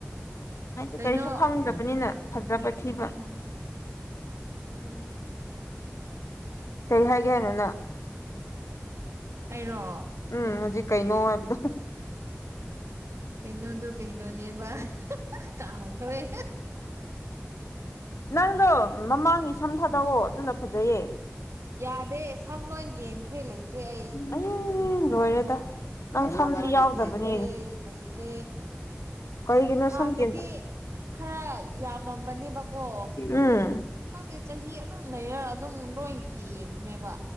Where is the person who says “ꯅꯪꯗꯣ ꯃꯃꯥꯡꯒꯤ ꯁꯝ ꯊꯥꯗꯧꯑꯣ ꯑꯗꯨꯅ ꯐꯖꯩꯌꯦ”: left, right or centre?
Left